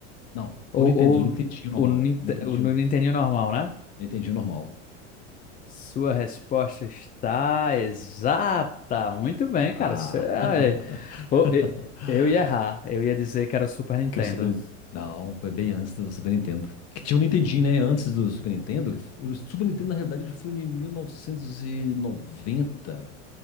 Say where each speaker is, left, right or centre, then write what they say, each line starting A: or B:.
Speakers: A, on the left; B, on the left.
A: Não, por
B: Ou,
A: Nintendo.
B: ou
A: Nintendinho normal.
B: o, Ninte-
A: Nintendinho.
B: o no Nintendinho normal, né?
A: Entendi normal.
B: Sua resposta está exata. Muito bem,
A: Ah.
B: cara. Você- ah,
A: <laughs>
B: é, pô, e- eu ia errar. Eu ia dizer que era o Super Nintendo.
A: Que o Super. Nin- Não, foi bem antes do Super Nintendo. Que tinha o Nintendinho, né? Antes do Super Nintendo. O Super Nintendo, na realidade, ele foi em 1990